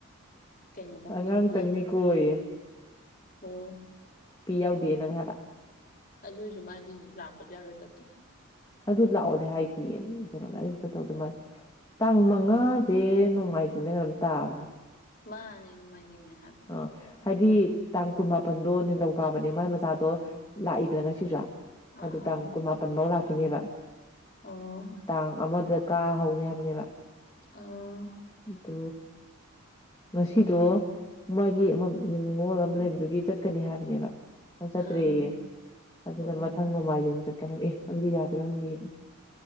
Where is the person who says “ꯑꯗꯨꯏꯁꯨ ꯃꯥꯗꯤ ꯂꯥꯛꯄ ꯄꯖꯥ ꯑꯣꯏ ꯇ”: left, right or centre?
Left